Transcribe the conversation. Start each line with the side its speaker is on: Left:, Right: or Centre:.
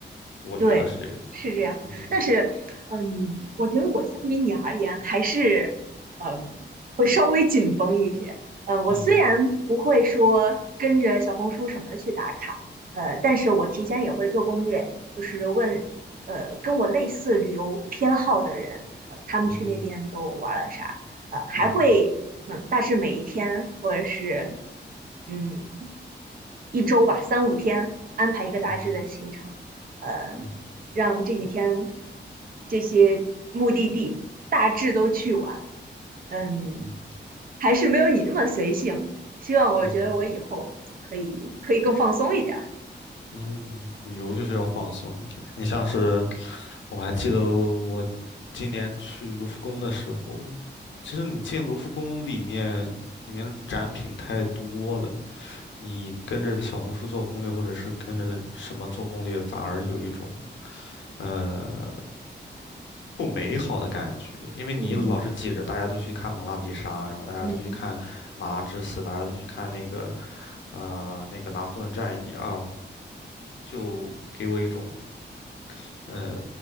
Left: 我觉得是这个样
Right: 对，是这样。
Left: 你，
Right: 但是，嗯，我觉得我相比你而言，还是，嗯，会稍微紧绷一些。嗯，我虽然不会说跟着小红书什么的去打卡，
Left: 嗯哼，
Right: 呃，但是我提前也会做攻略，就是问，呃，跟我类似旅游偏好的人，呃，他们去那边都玩了啥，
Left: 嗯哼，
Right: 呃，还会，
Left: 嗯哼，
Right: 嗯，大致每一天或者是，嗯，一周吧，三五天安排一个大致的行程。
Left: 嗯哼，
Right: 呃，
Left: 嗯哼，
Right: 让这几天这些目的地大致都去完。嗯，
Left: 嗯哼，
Right: 还是没有你那么随性。希望我觉得我以后可以可以更放松一点儿。
Left: 嗯哼，嗯，旅游就是要放松一点。你像是。我还记得我今年去卢浮宫的时候，其实你进卢浮宫里面，里面的展品太多了，你跟着小红书做攻略，或者是跟着什么做攻略，反而有一种呃不美好的感觉，因为你老是挤着，
Right: 嗯
Left: 大家都去看蒙娜丽莎，然后大家都去看马拉之死，
Right: 嗯，
Left: 大家都去看那个啊、那个拿破仑战役啊，就给我一种。呃，